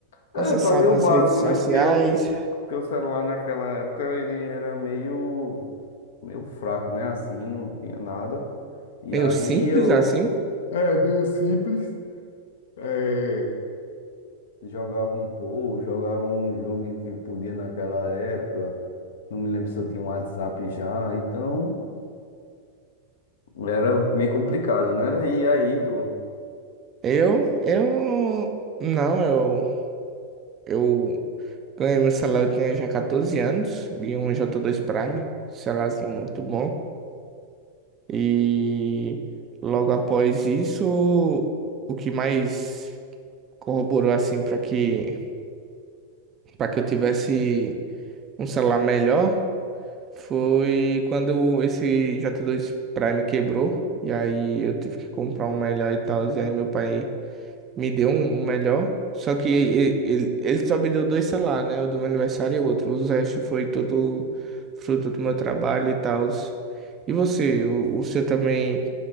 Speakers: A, on the left; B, on the right.
A: É,
B: acessava
A: fazia o básico,
B: as redes sociais.
A: né? Porque o, porque o celular naquela época ele era meio, meio fraco, né? Assim, não tinha nada. E
B: Eu
A: aí
B: simples
A: eu
B: assim.
A: É, meio simples. É, jogava um pouco, jogava um jogo que podia naquela época. Não me lembro se eu tinha um WhatsApp já, então era meio complicado, né? Era- E aí, tu.
B: Eu, eu, não, eu, eu ganhei meu celular, eu tinha já 14 anos, e um J2 Prime, celularzinho muito bom. E logo após isso, o que mais corroborou assim para que para que eu tivesse um celular melhor foi quando esse J2 Prime quebrou. E aí eu tive que comprar um melhor e tal. E aí meu pai me deu um, um melhor. Só que ele, ele, ele só me deu dois celulares, né? O do meu aniversário e o outro. Os restos foi tudo fruto do meu trabalho e tal. E você? O, o seu também?